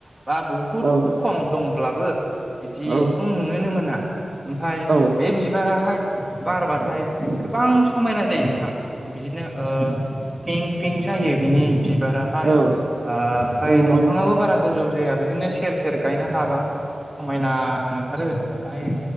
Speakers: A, in the centre; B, on the right.
A: बा बुहुत
B: औ
A: खम दंब्लाबो बिदिखौ
B: औ
A: नुनोनो मोना ओमफाय
B: औ
A: बे बिबाराहाय बारबाथाय गोबां समायना जायो नोंथां बिदिनो ओ पिंक पिंक जायो बिनि बिबाराहाय
B: औ
A: ओ‌ ओमफ्राय
B: औ
A: दंफाङाबो
B: माने
A: बारा गोजौ जाया बिदिनो सेर सेर गायना लाबा समायना नुथारो ओमफाय